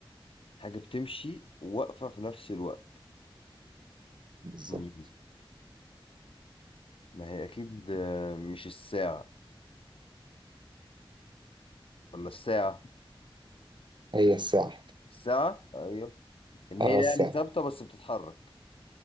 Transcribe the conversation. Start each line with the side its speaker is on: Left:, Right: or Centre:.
Left: حاجة بتمشي وواقفة في نفس الوقت
Right: بالظبط
Left: مم. ما هي اكيد آه، مش الساعة ولا الساعة
Right: هي الساعه
Left: الساعة ايوه ان
Right: اه
Left: هي
Right: الساعه
Left: يعني ثابتة بس بتتحرك